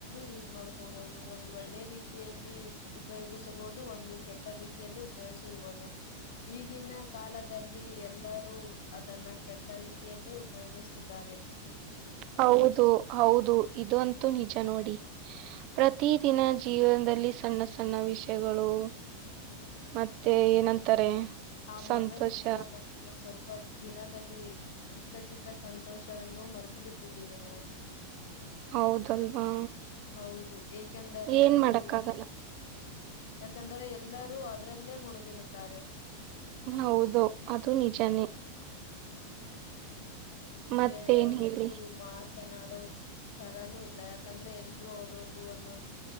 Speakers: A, on the left; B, on the right.
A: ಯೂಸ್ ಮಾಡ್ಕೋಬಹುದು ಒಂದು ಒಳ್ಳೆ ರೀತಿಯಲ್ಲಿ ಉಪಯೋಗಿಸಬಹುದು ಒಂದು ಕೆಟ್ಟ ರೀತಿ. ಉಪಯೋಗಿಸರಬಹುದು ಈಗಿನ. ಕಾಲದಲ್ಲಿ ಎಲ್ಲರೂ ಅದನ್ನ ಕೆಟ್ಟ ರೀತಿಯಲ್ಲಿ ಉಪಯೋಗಿಸ್ತಿದ್ದಾರೆ.
B: ಹೌದು ಹೌದು ಇದು ಅಂತೂ ನಿಜ ನೋಡಿ. ಪ್ರತಿ ದಿನ ಜೀವನದಲ್ಲಿ ಸಣ್ಣ ಸಣ್ಣ ವಿಷಯಗಳು. ಮತ್ತೆ ಏನಂತಾರೆ.
A: ಆ
B: ಸಂತೋಷ
A: ಮೊಬೈಲ್ ನಿಂದ ನ. ಗೆ ಸ್ವಲ್ಪ ದಿನದಲ್ಲಿ ಚಿಕ್ಕ ಚಿಕ್ಕ ಸಂತೋಷವನ್ನು ಮರ್ತು ಬಿಟ್ಟಿದ್ದೀವಿ ನಾ.
B: ಹೌದಲ್ವಾ.
A: ಹೌದು ಏಕೆಂದರೆ
B: ಏನ್
A: ಅದು.
B: ಮಾಡಕ್ಕಾಗಲ್ಲ
A: ಯಾಕಂದ್ರೆ ಎಲ್ಲರೂ ಅದ್ರಲ್ಲೇ ಮುಣುಗಿರುತ್ತಾರೆ.
B: ಹೌದು ಅದು ನಿಜಾನೇ. ಮತ್ತೇನ್
A: ಗೆಳೆಯರು
B: ಹೇಳಿ
A: ಕುತ್ತು ಮಾತ್ ಮಾತನಾಡೋ ತರಾನು ಇಲ್ಲ ಯಾಕಂದ್ರೆ ಎಲ್ರು ಅವ್ರವ್ರ್ದ ಒಂದೊಂದು.